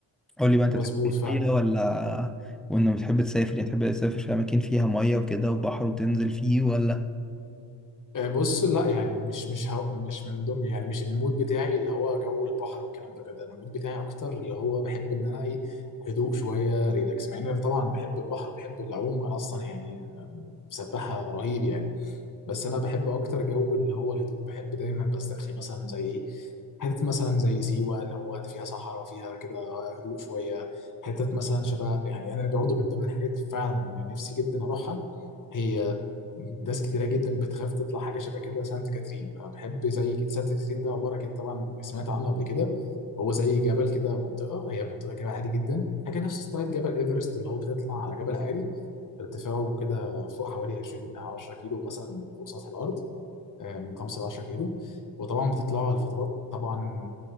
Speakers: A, in the centre; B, on the left.
A: قول لي بقى انت
B: مظبوط
A: تحب المية
B: فعلا
A: ولا وانك بتحب تسافر يعني تحب تسافر في اماكن فيها مية وكده وبحر وتنزل فيه ولا
B: آه، بص لا يعني مش مش هو مش من ضمن يعني مش المود بتاعي اللي هو جو البحر والكلام ده كده انا المود بتاعي اكتر اللي هو بحب ان انا ايه هدوء شويه ريلاكس مع ان انا طبعا بحب البحر بحب العوم انا اصلا يعني آم، سباحه رهيب يعني بس انا بحب اكتر جو اللي هو الهدوء بحب دايما بسترخي مثلا زي ايه حتت مثلا زي سيوة اللي هو فيها صحراء فيها كده هدوء شوية حتت مثلا شبه يعني أنا برضه من ضمن الحاجات فعلا اللي نفسي جدا أروحها هي ناس كتيرة جدا بتخاف تطلع حاجة شبه كده سانت كاترين أنا بحب زي ك- سانت كاترين ده عبارة أكيد طبعا سمعت عنه قبل كده هو زي جبل كده منطقة هي منطقة جبل عالي جدا حاجة نفس ستايل جبل إيفرست اللي هو بتطلع على جبل عالي ارتفاعه كده فوق حوالي 20 أو 10 كيلو مثلا فوق سطح الارض آه، من 5 ل 10 كيلو وطبعا بتطلعوا لفترات طبعا